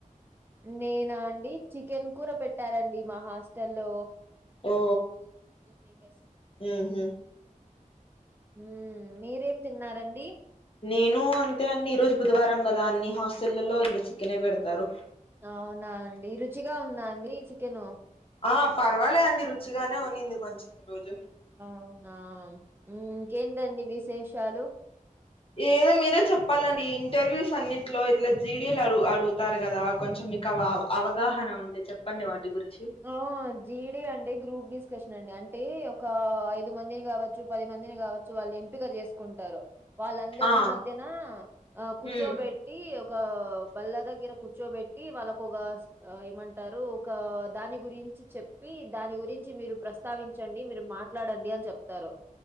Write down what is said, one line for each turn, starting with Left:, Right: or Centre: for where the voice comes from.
Right: నేనా అండి చికెన్ కూర పెట్టారండి మా హాస్టల్లో
Left: ఓ
Right: చికెన్ నేనే చేస్తా
Left: ఉహు
Right: మ్ మీరేం తిన్నారండి
Left: నేను అంతే అండి ఈ రోజు బుధవారం కదా అన్నీ హాస్టల్లలో ఇంకా చికెనే పెడతారు
Right: అవునా అండి రుచిగా ఉందా అండీ చికెను
Left: ఆ పర్వాలే అండి రుచిగానే ఉనింది కొంచెం ఈరోజు
Right: అవునా ఇంకేంటండి విశేషాలు.
Left: ఏదో మీరే చెప్పాలండి ఈ ఇంటర్వ్యూస్ అన్నింటిలో ఇట్లా జీడిఎల్ అడుగుతారు కదా కొంచెం మీ అవగాహన ఉంటే చెప్పండి వాటి గురించి
Right: ఆ జీ డీ అంటే గ్రూప్ డిస్కషన్ అండి అంటే ఒకా ఐదు మందిని గావచ్చు పది మందిని గావ వాళ్ళు ఎంపిక చేసుకుంటారు వాళ్ళందరి
Left: ఆ
Right: మధ్యనా ఆ కూర్చోబెట్
Left: ఉమ్
Right: ట్టి ఒక బల్ల దగ్గర కూర్చోబెట్టి వాళ్ళకు ఒక ఏమంటారు ఒక దాని గురించి చెప్పి దాని గురించి మీరు ప్రస్తావించండి మీరు మాట్లాడండి అని చెప్తారు.